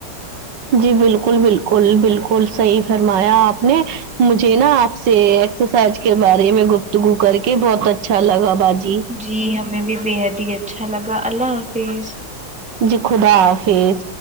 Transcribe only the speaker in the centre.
جی ہمیں بھی بےحد ہی اچھا لگا اللہ حافظ